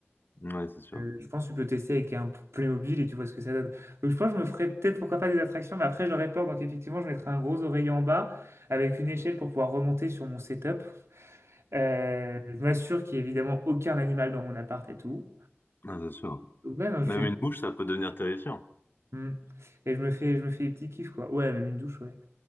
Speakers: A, on the left; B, on the right.
A: Ouais, c'est sûr.
B: Euh, je pense que tu peux tester avec un Playmobil et tu vois ce que ça donne. Donc je pense que je me ferais peut-être pourquoi pas des attractions, mais après j'aurais peur. Donc effectivement, je mettrais un gros oreiller en bas avec une échelle pour pouvoir remonter sur mon setup. Euh, je m'assure qu'il n'y ait évidemment aucun animal dans mon appart et tout.
A: Ah, c'est sûr.
B: Ouais, non, j'ai-
A: Même une mouche, ça peut devenir terrifiant.
B: Hmm. Et je me fais, je me fais des petits kiffs, quoi. Ouais, même une douche, ouais.